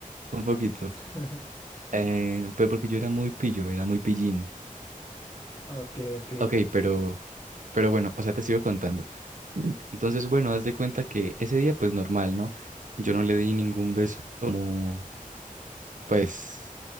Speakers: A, on the right; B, on the left.
A: un poquito.
B: <laughs>
A: Eh, pero porque yo era muy pillo, era muy pillín.
B: Ok, ok.
A: Ok, pero, pero bueno, o sea, te sigo contando. <clears throat> Entonces, bueno, haz de cuenta que ese día, pues normal, ¿no? Yo no le di ningún beso como, pues,